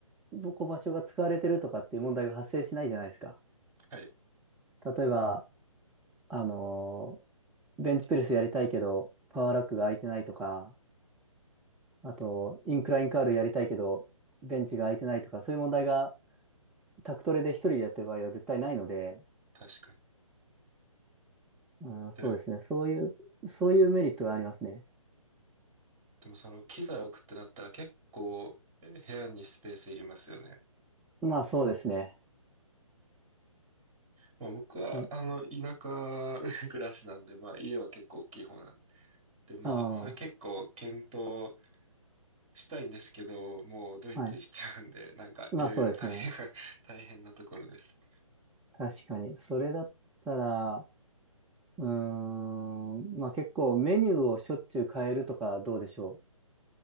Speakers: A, in the centre; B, on the right (about 20°).
A: ぼこう場所が使われてるとかっていう問題が発生しないじゃないですか。
B: はい。
A: 例えば、あのー、ベンチプレスやりたいけど、パワーラックが空いてないとか、あと、インクラインカールやりたいけど、ベンチが空いてないとか、そういう問題が、タクトレで一人でやってる場合は絶対ないので、
B: 確かに。
A: うん、
B: で、
A: そうですね。そういう、そういうメリットがありますね。
B: でもその機材置くってなったら結構えー部屋にスペースいりますよね。
A: まあそうですね。
B: まあ僕はあの田
A: え
B: 舎 <laughs> 暮らしなんで、まあ家は結構大きい方なんで、まあそれ結構検討
A: ああ、
B: したいんですけど、もうドイツ行っちゃうんで、
A: はい。
B: なんかいろいろ大変
A: まあそうですね。
B: <laughs> 大変なところです。
A: 確かに。それだったら、うーん、まあ結構メニューをしょっちゅう変えるとかどうでしょ